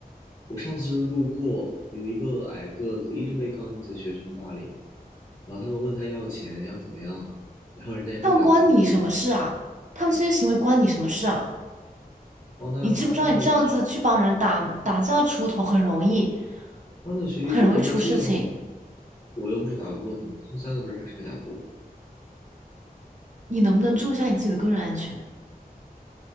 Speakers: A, on the left; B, on the right.
A: 我上次就是路过，有一个矮个子一直被高年级的学生霸凌，然后他们问他要钱，要怎么样，然后人家也不敢吭声，
B: 他们关你什么事啊？他们这些行为关你什么事啊？
A: 帮他帮那个小学
B: 你知不知道你这样子去帮人打打架出头很容易，
A: 帮那个学弟出口恶气了，
B: 很容易出事情。
A: 我又不是打不过他们，他们三个不是还是没打过我，
B: 你能不能注意一下你自己的个人安全？